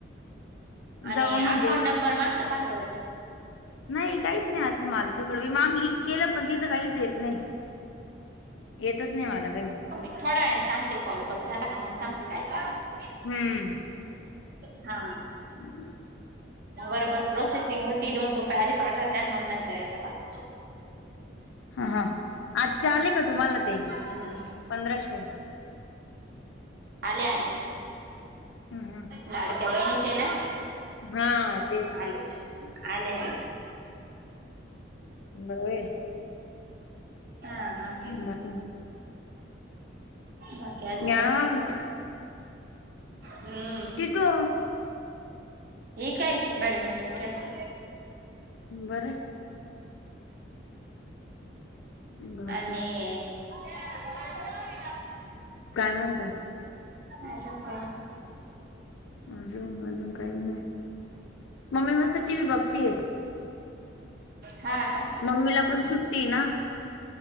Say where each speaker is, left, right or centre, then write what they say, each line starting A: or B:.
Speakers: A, on the right; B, on the left.
A: आणि
B: जावा म्हणजे
A: अकाउंट नंबर मागता पाण्यावरती
B: नाही काहीच नाही असं मालच्याकड मी मागी केलं पण तिथं काहीच देत नाही येतच नाही मला काही
A: थोडं आहे सांगते कॉल कट झाला का मग सांगते काय करायचं
B: हम्म
A: हा
B: ह् हम्
A: बरोबर प्रोसेसिंग होती दोन रुपये आधी पाठवत आणि मग नंतर आता बाकी
B: हा हा आज चाले का तुम्हाला ते
A: हम्म
B: पंधराशे
A: आले आले
B: हम् हम
A: लाडक्या भाई नीचेे ना
B: हा तेच
A: आले आले.
B: नवे.
A: हा हा.
B: बाकी
A: बाकी आजून
B: हां,
A: काय हम्म.
B: केतो.
A: हे काय बॅडमिंटन खेळतील.
B: बरं. बाकी
A: आणि. त्या.
B: काय म्हणता.
A: अ का.
B: अजून अजून काही नाही मम्मी मस्त टी व्ही बघतीय.
A: हा का
B: मम्मीला पण सुट्टी ना.